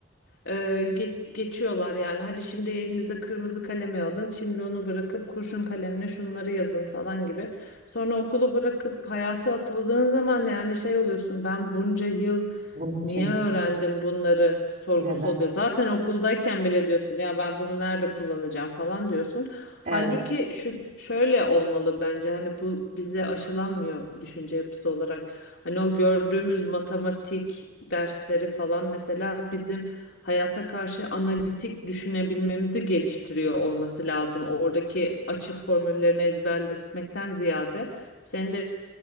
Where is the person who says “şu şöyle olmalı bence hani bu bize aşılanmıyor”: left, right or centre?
Left